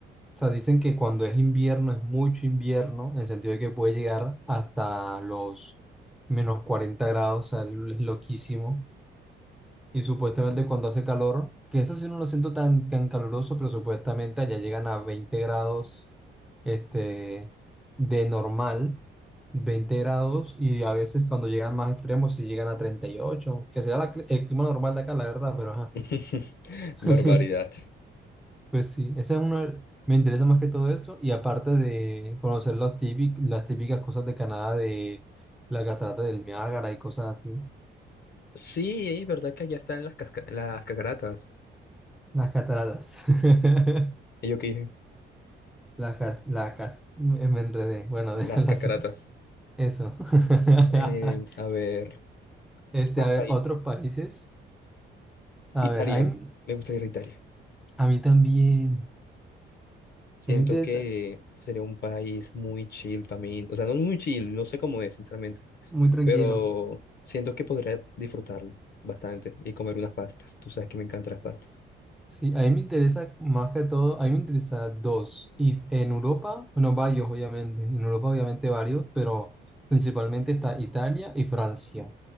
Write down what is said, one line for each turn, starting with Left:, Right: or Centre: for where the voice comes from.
Centre: sea, dicen que cuando es invierno es mucho invierno, en el sentido de que puede llegar hasta los menos 40 grados, o sea, es loquísimo. Y supuestamente cuando hace calor, que eso sí no lo siento tan, tan caluroso, pero supuestamente allá llegan a 20 grados este, de normal, 20 grados, y a veces cuando llegan más extremos, si llegan a 38 que sea la cl- el clima normal de acá, la verdad, pero ajá.
Left: <laughs>
Centre: <laughs>
Left: Barbaridad.
Centre: Pues sí, ese es una, me interesa más que todo eso, y aparte de conocer los típic- las típicas cosas de Canadá, de la catarata del Niágara y cosas así,
Left: Sí, es verdad que allá están las, casca- las cacaratas.
Centre: las cataratas. <laughs>
Left: Y yo qué dije,
Centre: La cas, la cas, me me enredé. Bueno,
Left: las
Centre: <laughs> déjalo
Left: cacaratas.
Centre: así. Eso. <laughs>
Left: Eh, a ver,
Centre: Este,
Left: ¿qué más
Centre: a ver,
Left: país?
Centre: otros países. A
Left: Italia.
Centre: ver, a mí,
Left: Me gustaría ir a Italia.
Centre: a mí también.
Left: Siento
Centre: A mí me interesa,
Left: que sería un país muy chill para mí. O sea, no muy chill, no sé cómo es, sinceramente.
Centre: muy tranquilo.
Left: Pero siento que podría disfrutarlo bastante y comer unas pastas. Tú sabes que me encantan las pastas.
Centre: Sí, a mí me interesa más que todo, a mí me interesa dos. Y en Europa, bueno, varios, obviamente. En Europa, obviamente, varios, pero principalmente está Italia y Francia.